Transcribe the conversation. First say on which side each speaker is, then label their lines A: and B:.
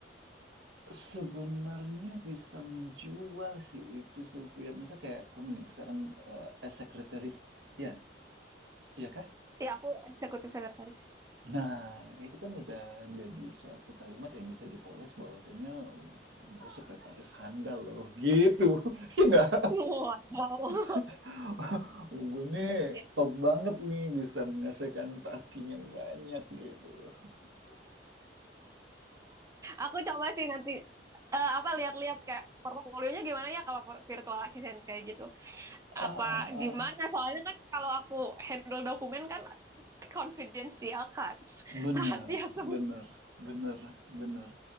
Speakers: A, on the right; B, on the right.
A: Sebenarnya bisa menjual sih itu Sylvia. Misal kayak kamu nih sekarang eh, as secretaries, ya, iya kah?
B: Ya aku eksekutif sekretaris.
A: Nah, itu kan udah jadi suatu kalimat yang bisa dipoles bahwasanya gue sekretaris handal loh, gitu. <laughs> Iya nggak?
B: Wow.
A: <laughs> Gue nih
B: <laughs>
A: top banget nih bisa menyelesaikan tasking yang banyak gitu.
B: Aku coba sih nanti eh, apa lihat-lihat kayak portofolionya gimana ya kalau por- virtual assistant kayak gitu. Apa
A: Ah, ah, ah. ah.
B: gimana? Soalnya kan kalau aku handle dokumen kan confidential kan. <laughs>
A: Bener,
B: Rahasia semua.
A: bener, bener, bener.